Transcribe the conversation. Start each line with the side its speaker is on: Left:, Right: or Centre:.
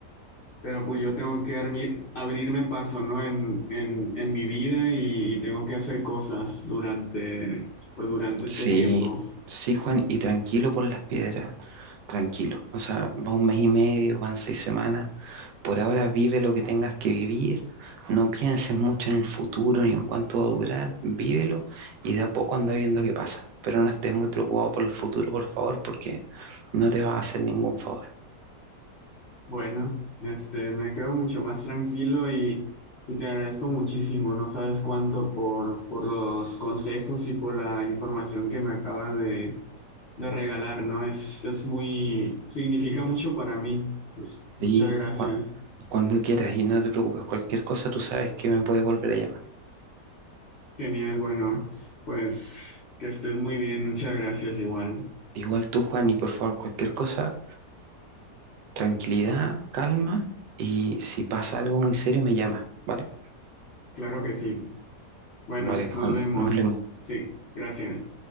Left: pero pues yo tengo que armi- abrirme paso, ¿no? En, en, en mi vida y, y tengo que hacer cosas durante, pues durante
Right: Sí,
Left: este tiempo.
Right: sí, Juan, y tranquilo por las piedras, tranquilo. O sea, va un mes y medio, van seis semanas Por ahora vive lo que tengas que vivir, no pienses mucho en el futuro ni en cuánto va a durar, vívelo y de a poco anda viendo qué pasa. Pero no estés muy preocupado por el futuro, por favor, porque no te va a hacer ningún favor.
Left: Bueno, este, me quedo mucho más tranquilo y, y te agradezco muchísimo. No sabes cuánto por, por los consejos y por la información que me acabas de, de regalar, ¿no? Es, es muy, significa mucho para mí. Pues, muchas
Right: Y
Left: gracias.
Right: cua- cuando quieras y no te preocupes, cualquier cosa tú sabes que me puedes volver a llamar.
Left: Genial, bueno, pues que estés muy bien. Muchas gracias igual.
Right: Igual tú, Juan, y por favor, cualquier cosa, tranquilidad, calma y si pasa algo muy serio me llamas, ¿vale?
Left: Claro que sí. Bueno,
Right: Vale,
Left: nos
Right: Juan,
Left: vemos.
Right: nos vemos.
Left: Sí, gracias.